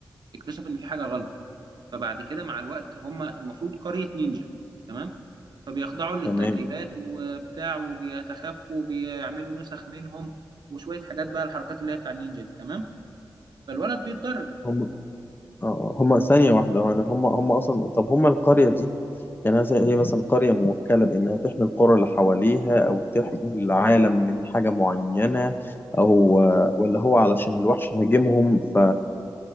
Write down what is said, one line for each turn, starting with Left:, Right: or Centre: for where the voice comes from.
Right: اكتشف ان في حاجة غلط فبعد كده مع الوقت هم المفروض قرية نينجا تمام فبيخضعوا للتدريبات
Left: تمام
Right: وبتاع وبيتخفوا وبيعملوا نسخ منهم وشوية حاجات بقى الحركات اللي هي بتاع النينجا دي تمام فالولد بيتدرب
Left: هم اه هم ثانية واحدة يعني هم هم أصلا طب هم القرية دي يعني مثلا هي مثلا قرية موكلة بإنها تحمي القرى اللي حواليها أو تحمي العالم من حاجة معينة أو ولا هو علشان الوحش هاجمهم ف